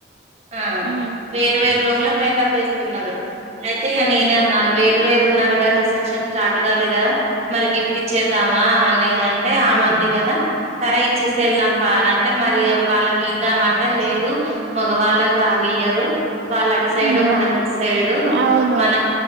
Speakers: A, on the right; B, on the right.
A: ఆ
B: ఉమ్
A: వేర్ వేరు రూమ్ ల మేకప్ వేస్తున్నారు అయితే ఇగ
B: అవునా
A: నేనే అన్నాను వేరు వేరు ఉన్నారుగా రిసెప్షన్ స్టార్ట్ కలేగా మరి గిఫ్ట్ ఇచ్చేద్దామా అని నేనంటే ఆ మంది కదా సరే ఇచ్చేసి వెళ్దాం పా అని అంటే మరి వాళ్ళ బిల్దామ అంటే లేదు మగవాళ్ళని రానియరు వాళ్ళ అటు సైడు
B: ఉహు
A: మనం ఇటు సైడు
B: అవును
A: మనం